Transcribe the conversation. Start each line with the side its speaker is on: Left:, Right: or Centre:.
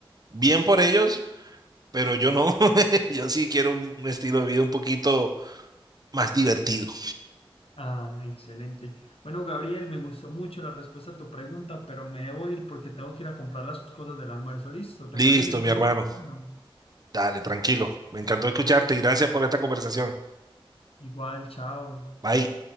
Right: bien por ellos, pero yo no. <laughs> Yo sí quiero un un estilo de vida un poquito más divertido.
Left: Ah, excelente. Bueno, Gabriel, me gustó mucho la respuesta a tu pregunta, pero me debo ir porque tengo que ir a comprar las cosas del almuerzo. Listo, ¿te
Right: Listo,
Left: parece? Y después
Right: mi hermano.
Left: seguimos hablando.
Right: Dale, tranquilo. Me encantó escucharte y gracias por esta conversación.
Left: Igual, chao.
Right: Bye.